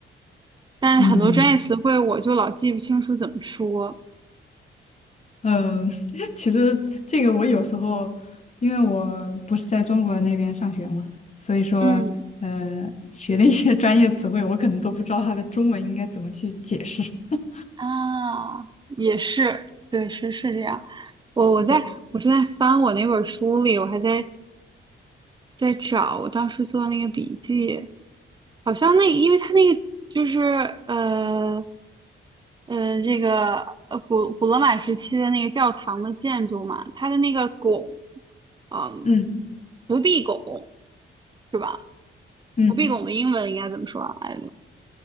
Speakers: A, on the right (about 20°); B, on the left (about 35°).
A: 但是很多专业词汇我就老记不清楚怎么说。
B: 嗯。嗯，<laughs> 其实这个我有时候，因为我不是在中国那边上学嘛，所以说，
A: 嗯
B: 呃，学的一些 <laughs> 专业词汇，我可能都不知道它的中文应该怎么去解释。<laughs>
A: 啊，也是，对，是是这样。我我在我正在翻我那本书里，
B: 对，
A: 我还在在找我当时做的那个笔记，好像那因为他那个就是呃呃这个呃古古罗马时期的那个教堂的建筑嘛，它的那个拱，嗯，
B: 嗯
A: 不闭拱是吧？
B: 嗯，
A: 不闭拱的英文应该怎么说啊？哎